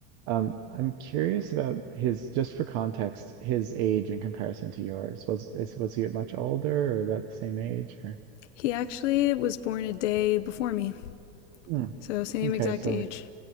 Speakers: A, on the right; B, on the left.
A: Um, I'm curious about his, just for context, his age in comparison to yours. Was is, was he much older or about the same age
B: He actually was born a day before me,
A: Hmm,
B: so same
A: okay,
B: exact
A: so
B: age.
A: like